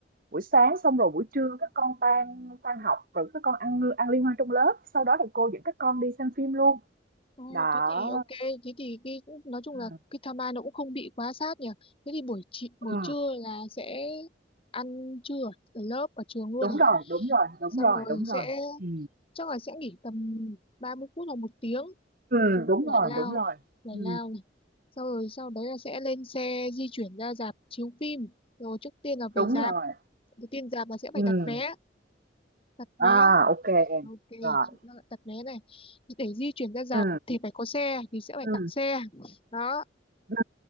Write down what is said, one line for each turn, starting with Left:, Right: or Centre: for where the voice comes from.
Right: Buổi sáng xong rồi buổi trưa các con tan tan học rồi các con ăn ăn liên hoan trong lớp, sau đó thì cô dẫn các con đi xem phim luôn.
Left: Ồ,
Right: Đó.
Left: thế thì ok, thế thì cái nói chung
Right: Ừ.
Left: là cái tham nó cũng không bị quá sát nhỉ. Thế thì buổi chị, buổi
Right: Ừ.
Left: trưa là sẽ ăn trưa ở ở lớp ở trường luôn
Right: Đúng
Left: này.
Right: rồi, đúng rồi, đúng
Left: Xong
Right: rồi,
Left: rồi
Right: đúng
Left: sẽ
Right: rồi. Ừ,
Left: chắc là sẽ nghỉ tầm 30 phút hoặc một tiếng
Right: Ừ, đúng
Left: giải
Right: rồi,
Left: lao,
Right: đúng rồi.
Left: giải
Right: Ừ,
Left: lao này. Xong rồi sau đấy là sẽ lên xe di chuyển ra rạp chiếu phim. Rồi trước tiên là
Right: đúng
Left: về rạp,
Right: rồi.
Left: đầu tiên rạp là sẽ phải
Right: Ừ.
Left: đặt vé, đặt vé.
Right: À, ok em.
Left: Ok,
Right: Rồi.
Left: chị nó là đặt vé này. Để di chuyển ra rạp
Right: ừ
Left: thì phải có xe thì sẽ phải
Right: ừ
Left: đặt xe đó
Right: ừ